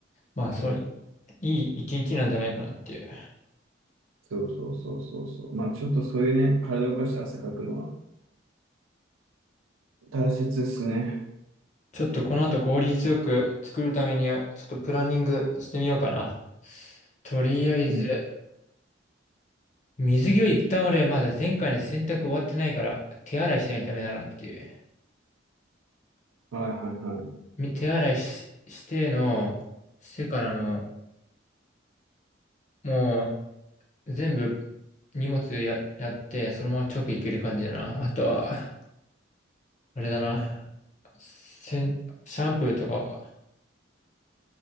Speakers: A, on the left (about 35°); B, on the right (about 90°).
A: まあそれ、
B: そうね
A: いい一日なんじゃないかなっていう。
B: そうそうそうそうそう。まあちょっとそういうね、体を動かして汗かくのは大切ですね。
A: ちょっとこの後効率よく作るためには、ちょっとプランニングしてみようかな。とりあえず、
B: うん。
A: 水着を一旦俺まだ前回の洗濯終わってないから手洗いしないとダメだなっていう。
B: はいはいは
A: み手洗いし、しての、してからの、もう全部荷物や、やって、そのまま直行ける感じだな。あとは、あれだな。せんシャンプーとか